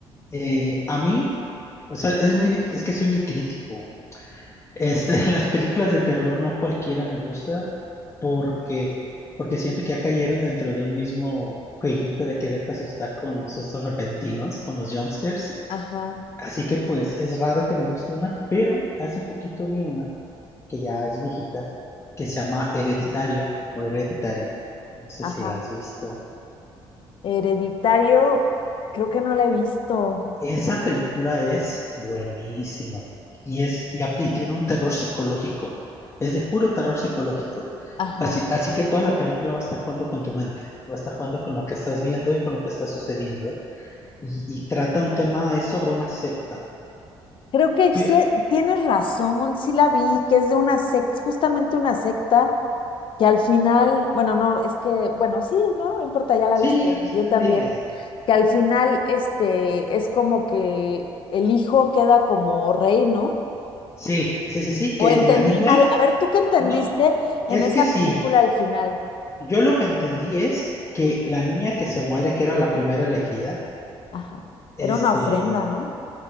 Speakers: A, on the left (about 25°); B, on the left (about 55°).
A: Eh, a mí, o sea, es muy, dif- es que soy muy crítico. Este, <laughs> las películas de terror no cualquiera me gusta porque, porque siento que ya cayeron dentro de un mismo jueguito de quererte asustar con sustos repentinos, con los jumpscares.
B: ajá,
A: Así que pues es raro que me guste una, pero hace poquito vi una que ya es viejita, que se llama Hereditario o Hereditary. No sé
B: ajá.
A: si la has visto.
B: Hereditario, creo que no la he visto.
A: Esa película es buenísima y es y apli- tiene un terror psicológico. Es de puro terror psicológico.
B: Ajá.
A: Así, así que toda la película va a estar jugando con tu mente, va a estar jugando con lo que estás viendo y con lo que está sucediendo. Y, y trata un tema, es sobre una secta.
B: Creo que
A: Pero,
B: sí, tienes razón, sí la vi, que es de una secta, justamente una secta que al final, bueno, no, es que, bueno, sí, no, no importa, ya la
A: sí,
B: viste,
A: pues,
B: yo
A: dile.
B: también, que al final, este, es como que el hijo queda como rey, ¿no?
A: Sí, sí, sí, sí, que
B: O entendí
A: la niña
B: mal, a ver, ¿tú qué entendiste
A: No,
B: en
A: es
B: esa
A: que sí.
B: película al final?
A: Yo lo que entendí es que la niña que se muere, que era la primera elegida,
B: Ajá,
A: este,
B: era una ofrenda, ¿no?